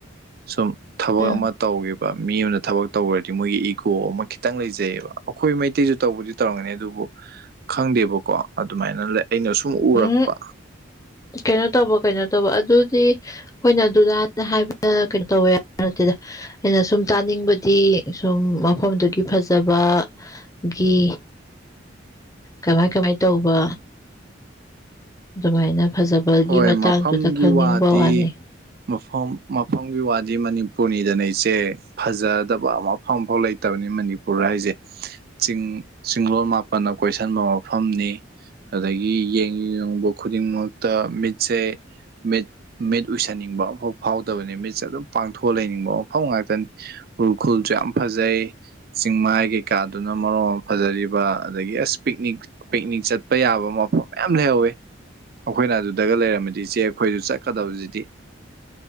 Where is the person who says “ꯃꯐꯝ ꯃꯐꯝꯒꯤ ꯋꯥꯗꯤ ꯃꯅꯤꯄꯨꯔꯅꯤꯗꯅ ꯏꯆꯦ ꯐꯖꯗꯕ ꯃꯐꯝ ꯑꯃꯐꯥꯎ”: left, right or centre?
Right